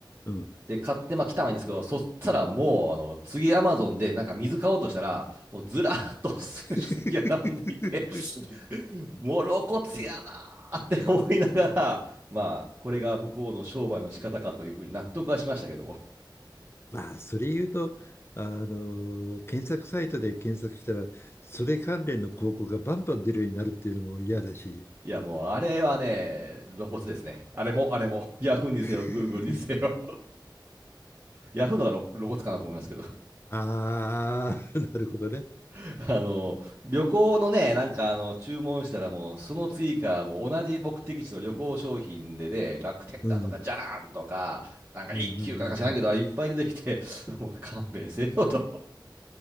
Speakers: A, on the left; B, on the right.
A: うん。
B: で、買って、まあ、来たはいいんですけど、そしたらもう、あの、次、アマゾンで、なんか水買おうとしたら、もうずらーっと <laughs> 書籍が並んでいて、
A: <laughs>
B: もう露骨やなーって思いながら、まあ、これが向こうの商売の仕方かというふうに納得はしましたけども。
A: まあ、それ言うと、あの、検索サイトで検索したら、それ関連の広告がバンバン出るようになるっていうのも嫌だし。
B: いや、もう、あれはね、露骨ですね。あれも、あれも。ヤフーにせよ、
A: <laughs>
B: グーグルにせよ。ヤフーのが露露骨かなと思いますけど。
A: ああ、<laughs> なるほどね。
B: <laughs> あの、旅行のね、なんかあの、注文したらもう、その追加、もう同じ目的地の旅行商品でね、楽天だとか、
A: うん。
B: じゃらんとか、なんか一休かなんか知らんけど、
A: うんうんうんうん。い
B: いっぱい出てきて、<laughs> もう勘弁せよと。